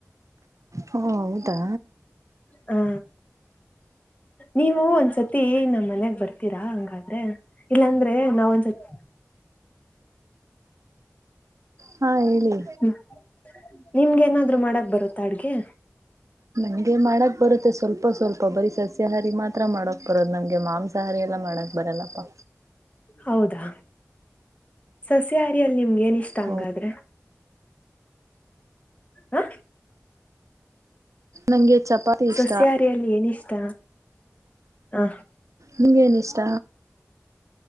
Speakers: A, on the right; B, on the left.
A: ಹೌದಾ
B: ಹಾ ನೀವು ಒಂದ್ಸತ್ ತಿ ನಮ್ಮ್ ಮನೆಗ ಬರ್ತೀರಾ ಹಂಗಾದ್ರೆ ಇಲ್ಲಾಂದ್ರೆ ನಾವ್ ಒಂದ್ಸತ್
A: ಹಾ ಹೇಳಿ
B: ಹ್ಮ ನಿಮ್ಗೆ ಏನಾದ್ರು ಮಾಡಕ್ ಬರುತ್ತಾ ಅಡ್ಗೆ.
A: ನಮಗೆ ಮಾಡಕ್ ಬರುತ್ತೆ ಸ್ವಲ್ಪ ಸ್ವಲ್ಪ ಬರೀ ಸಸ್ಯಾಹಾರಿ ಮಾತ್ರ ಮಾಡಕ್ ಬರೋದು ನಮ್ಗೆ ಮಾಂಸಾಹಾರಿ ಎಲ್ಲ ಮಾಡಕ್ ಬರಲ್ಲ ಪ್ಪಾ
B: ಹೌದಾ ಸಸ್ಯಹಾರಯಲ್ಲಿ ನಿಮ್ಗೆ ಏನ ಇಷ್ಟ
A: ಹ
B: ಹಂಗಾದ್ರೆ ಹ
A: ನಂಗೆ ಚಪಾತಿ ಇಷ್ಟ
B: ಸಸ್ಯಾಹಾರಿಯಲ್ಲಿ ಏನಿಷ್ಟ ಹ
A: ನಿಮಗೆೇನ ಇಷ್ಟ